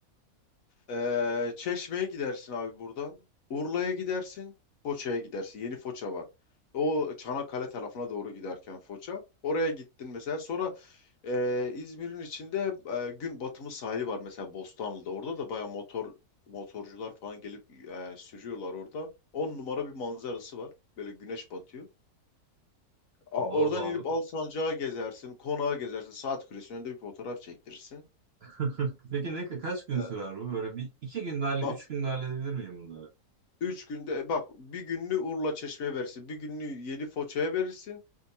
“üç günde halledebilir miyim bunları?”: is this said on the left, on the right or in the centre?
Right